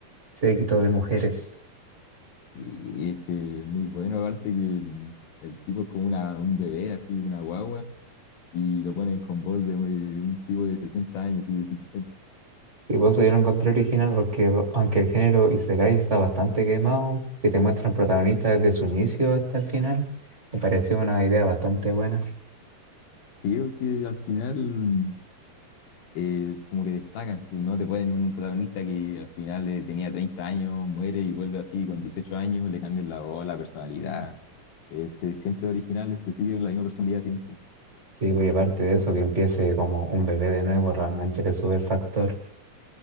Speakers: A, on the right; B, on the left.
A: séquito de mujeres.
B: Y es que es muy bueno, aparte que el, el tipo es como una, un bebé, así, una guagua, y lo ponen con voz de un un tipo de 60 años y de cincuenta
A: Y por eso yo lo encontré original, porque aunque el género Isekai está bastante quemado, que te muestran protagonistas desde su inicio hasta el final, me pareció una idea bastante buena.
B: sí porque al final mm, es como que destacan, pues, no te ponen un protagonista que al final eh, tenía 30 años, muere y vuelve así con 18 años, le cambian la voz, la personalidad. Este siempre original, este sigue con la misma personalidad siempre.
A: digo y aparte de eso, que empiece como un bebé de nuevo, realmente le sube el factor.